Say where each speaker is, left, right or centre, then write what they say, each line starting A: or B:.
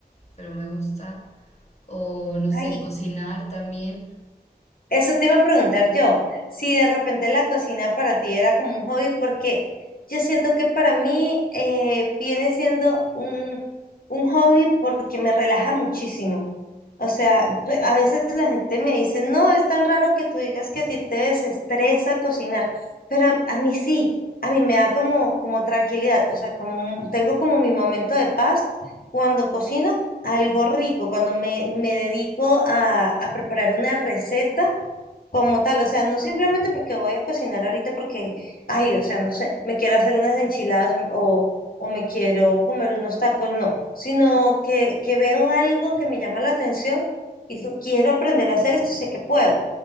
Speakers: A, on the left (about 40°); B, on the left (about 60°).
A: pero me gusta, o no sé,
B: Ay,
A: cocinar también.
B: eso te iba a preguntar yo, si de repente la cocina para ti era como un hobby, porque yo siento que para mí eh, viene siendo un, un hobby porque me relaja muchísimo. O sea, re- a veces la gente me dice, no, es tan raro que tú digas que a ti te desestresa cocinar, pero a, a mí sí, a mí me da como, como tranquilidad, o sea, como un- tengo como mi momento de paz cuando cocino algo rico, cuando me, me dedico a, a preparar una receta como tal, o sea, no simplemente porque voy a cocinar ahorita porque, ay, o sea, no sé, me quiero hacer unas enchiladas o, o me quiero comer unos tacos, no, sino que, que veo algo que me llama la atención y digo, quiero aprender a hacer esto y sé que puedo.